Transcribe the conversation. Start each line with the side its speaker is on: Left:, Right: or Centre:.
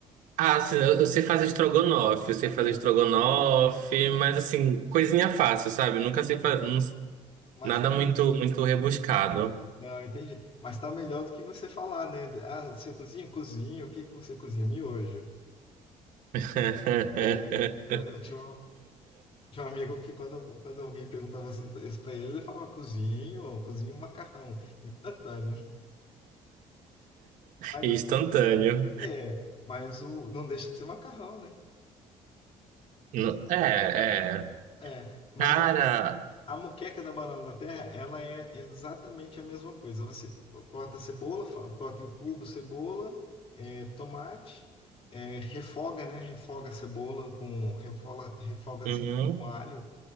Right: Ah, assim, eu, eu sei fazer estrogonofe, eu sei
Left: Aqui.
Right: fazer estrogonofe, mas assim, coisinha fácil, sabe? Nunca sei fazer
Left: Mas
Right: nada
Left: tá,
Right: muito,
Left: me-
Right: muito rebuscado.
Left: não, entendi. Mas tá melhor do que você falar, né? Ah, você cozinha? Cozinho. O que que você cozinha? Miojo.
Right: <laughs>
Left: É, eu tinha Tinha um amigo que quando, quando alguém perguntava assim isso pra ele, ele falava cozinho, cozinho um macarrão, instantâneo. Mas
Right: Instantâneo.
Left: assim, é, mas o, não deixa de ser macarrão, né?
Right: Não- É, é.
Left: É, mas
Right: Cara,
Left: a moqueca da banana da terra, ela é exatamente a mesma coisa. Você corta a cebola, fa- corta em cubo cebola, é, tomate, é, refoga, né? Refoga a cebola com, refoga, refoga a
Right: uhum.
Left: cebola com alho,